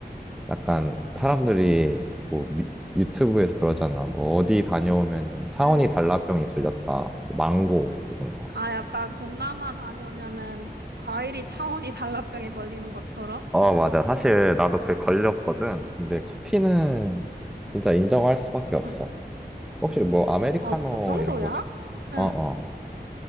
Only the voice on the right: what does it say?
응.
아, 약간 동남아 다녀오면은 과일이 차원이 <laughs> 달라병에 걸리는 것처럼?
응.
어, 그 정도야?
응.